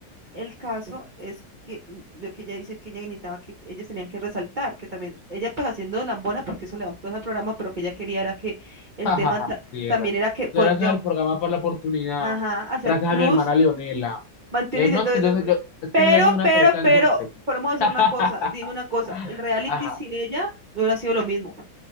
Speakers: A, on the right; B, on the left.
A: El caso es que l- lo que ella dice que ella necesitaba que ellos tenían que resaltar, que también, ella pues haciendo lambona, porque eso le da un plus al programa, pero que ella quería era que el
B: Ja,
A: tema
B: ja,
A: ta-
B: ja, tierra.
A: también era que poder
B: Gracias
A: llam-
B: al programa por la oportunidad.
A: ajá, hacer
B: Gracias
A: plus
B: a mi hermana Leonela.
A: mantiene
B: Eh, no,
A: todo
B: es que
A: eso,
B: yo, soy-
A: pero,
B: yo- es
A: pero,
B: que yo no soy una
A: pero,
B: perita en
A: pero,
B: dulce.
A: pero decir
B: <laughs>
A: una cosa, dime una cosa, el reality
B: Ajá.
A: sin ella no hubiera sido lo mismo.